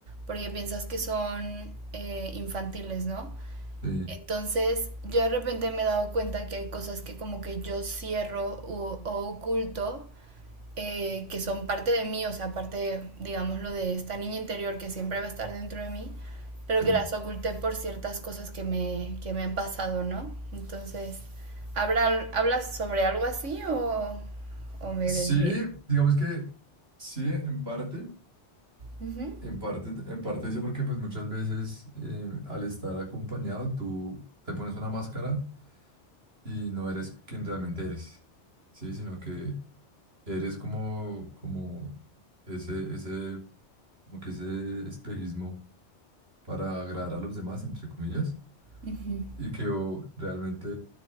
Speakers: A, on the right; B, on the right.
A: porque piensas que son eh, infantiles, ¿no?
B: Sí,
A: Entonces, yo de repente me he dado cuenta que hay cosas que como que yo cierro o, o oculto eh, que son parte de mí, o sea, parte, digámoslo, de esta niña interior que siempre va a estar dentro de mí, pero
B: sí.
A: que las oculté por ciertas cosas que me, que me han pasado, ¿no? Entonces, ¿habla, ¿hablas sobre algo así o, o me
B: Sí,
A: desvié?
B: digamos que sí, en parte.
A: Ujú.
B: En parte, en parte sí, porque pues muchas veces eh, al estar acompañado tú te pones una máscara y no eres quien realmente eres, ¿sí? Sino que eres como, como ese, ese, como que ese espejismo para agradar a los demás, entre comillas,
A: Ujú.
B: y que o, realmente